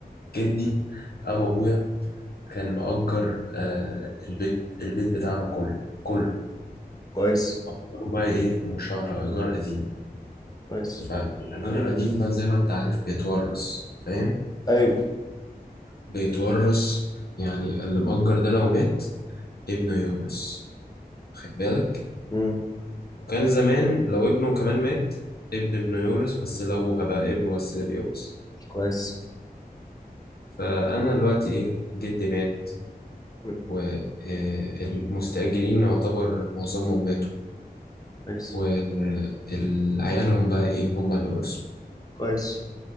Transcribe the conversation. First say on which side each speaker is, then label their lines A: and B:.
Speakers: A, on the left; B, on the left.
A: جدي أو أبويا كان مأجر آه البيت البيت بتاعنا كله كله
B: كويس
A: مأجره بقى إيه مشاهرة إيجار قديم
B: كويس
A: فالإيجار القديم بقى زي ما أنت عارف بيتورث فاهم
B: ايوه
A: بيتورث يعني اللي مأجر ده لو مات ابنه يورث خد بالك
B: امم
A: وكان زمان لو ابنه كمان مات ابن ابنه يورث بس لأبوها بقى ابنه بس اللي بيورث
B: كويس
A: فأنا دلوقتي إيه جدي مات
B: مم.
A: والمستأجرين يعتبر معظمهم ماتوا
B: كويس
A: وعيالهم بقى إيه هم اللي ورثوا
B: كويس